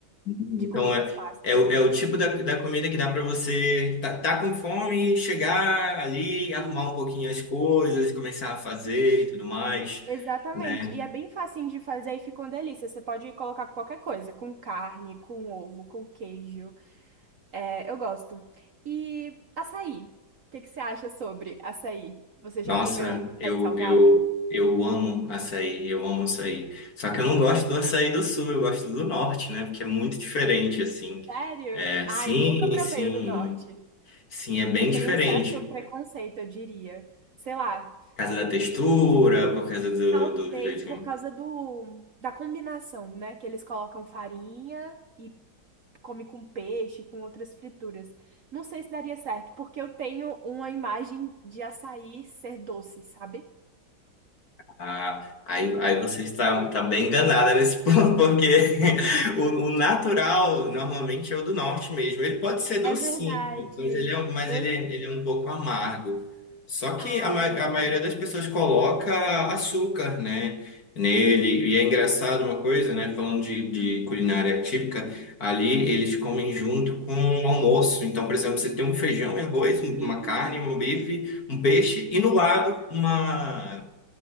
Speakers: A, on the left (about 50°); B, on the right (about 50°).
A: Então,
B: de comidas
A: é,
B: fáceis.
A: é, o é o tipo da, da comida que dá pra você tá, tá com fome, chegar ali,
B: Sim,
A: arrumar um pouquinho as coisas,
B: sim.
A: começar a fazer e tudo mais,
B: Exatamente.
A: né?
B: E é bem facinho de fazer e fica uma delícia. Você pode colocar qualquer coisa, com carne, com ovo, com queijo. É, eu gosto. E açaí. O que que você acha sobre açaí? Você já
A: Nossa,
B: comeu açaí
A: eu,
B: salgado?
A: eu, eu amo açaí, eu amo açaí. Só que eu não gosto do açaí do sul, eu gosto do norte, né? Porque é muito diferente, assim.
B: Sério?
A: É,
B: Ai,
A: sim,
B: nunca provei
A: sim.
B: o do norte.
A: Sim, é bem
B: Eu
A: diferente.
B: tenho um certo preconceito, eu diria. Sei lá,
A: Por causa da textura, por causa do,
B: talvez
A: do jeito.
B: por causa do da combinação, né? Que eles colocam farinha e come com peixe, com outras frituras. Não sei se daria certo, porque eu tenho uma imagem de açaí ser doce, sabe?
A: Ah, aí, aí você está, está bem enganada nesse <laughs> ponto, porque o, o natural normalmente é o do norte mesmo. Ele pode ser docinho,
B: É verdade.
A: mas ele é, mas
B: Eu
A: ele é,
B: sei.
A: ele é um pouco amargo. Só que
B: Ah,
A: a, ma- a maioria das pessoas coloca açúcar, né, nele. E é engraçado uma coisa, né, falando de, de culinária típica, ali eles comem junto com o almoço. Então, por exemplo, você tem um feijão e arroz, uma
B: sim.
A: carne, um bife, um peixe e no lado uma